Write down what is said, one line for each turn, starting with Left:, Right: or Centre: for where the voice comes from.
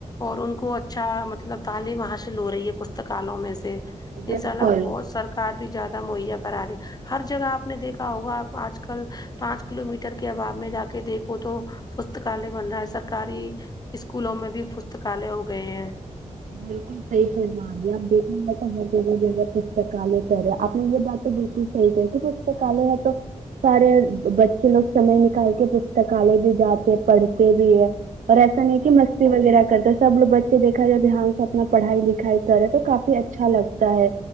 Left: اور ان کو اچھا مطلب تعلیم حاصل ہو رہی ہے پستکالوں میں سے
Right: آپ
Left: ان
Right: بالکل
Left: شاء اللہ بہت سرکار بھی موہیا کراری ہر جگہ آپ نے دیکھا ہوگا آج کل پانچ کلو میٹر کے اباب میں جا کے دیکھو تو پستکالیہ بن رہا ہے سرکاری اسکولوں میں بھی پستکالیہ ہو گئے ہیں
Right: بالکل صحی فرما گیا اب دیکھا جائے تو ہر جگہ جگہ پستکالیہ کر ہے آپ نے یہ بات تو بالکل صحی کہی تو کالے ہے تو سارے بچے لوگ سمے نکال کے پستکالے بھی جاتے ہیں پڑھتے بھی ہے اور ایسا نہیں کہ مستی وغیرہ کرتا ہے سب لگ بچے دیکھا جائے دھیان اپنی پڑھائی لکھائی کرے تو کافی اچھا لگتا ہے